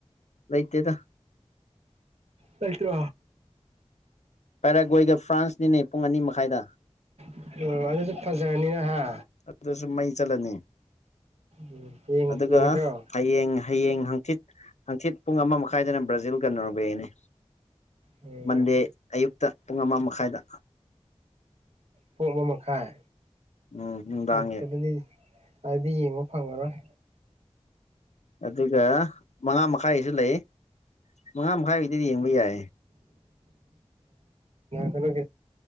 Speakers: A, on the left (about 80°); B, on the right (about 65°).
A: ꯂꯩꯇꯦꯗ
B: ꯇꯁꯨ
A: ꯄꯦꯔꯥꯒꯣꯏꯒ ꯐ꯭ꯔꯥꯟꯁꯅꯤꯅꯦ ꯄꯨꯡ ꯑꯅꯤ ꯃꯈꯥꯏꯗ
B: ꯎꯝ ꯑꯗꯨꯁꯨ ꯐꯖꯔꯅꯤꯅ ꯍꯥ
A: ꯑꯗꯨꯗꯁꯨ ꯃꯩ ꯆꯠꯂꯅꯤ
B: ꯎꯝ ꯌꯦꯡ
A: ꯑꯗꯨꯒ
B: ꯌꯦꯡꯒꯗ꯭ꯔꯣ
A: ꯍꯌꯦꯡ ꯍꯌꯦꯡ ꯍꯥꯡꯆꯤꯠ ꯍꯥꯡꯆꯤꯠ ꯄꯨꯡ ꯑꯃ ꯃꯈꯥꯏꯗꯅ ꯕ꯭ꯔꯥꯖꯤꯜꯒ ꯅꯔꯕꯦꯅꯤ
B: ꯎꯝ
A: ꯃꯟꯗꯦ ꯑꯌꯨꯛꯇ ꯄꯨꯡ ꯑꯃ ꯃꯈꯥꯏꯗ
B: ꯄꯣ ꯑꯃ ꯃꯈꯥꯏ
A: ꯎꯝ ꯅꯨꯡꯗꯥꯡꯒꯤ
B: ꯆꯠꯇꯗꯤ ꯑꯗꯨꯗꯤ ꯌꯦꯡꯉꯣ ꯐꯪꯉꯔꯣꯏ
A: ꯑꯗꯨꯒ ꯃꯉꯥ ꯃꯈꯥꯏꯁꯨ ꯂꯩ ꯃꯉꯥ ꯃꯈꯥꯏ ꯍꯗꯤ ꯌꯦꯡꯕ ꯌꯥꯏ
B: ꯀꯩꯅꯣ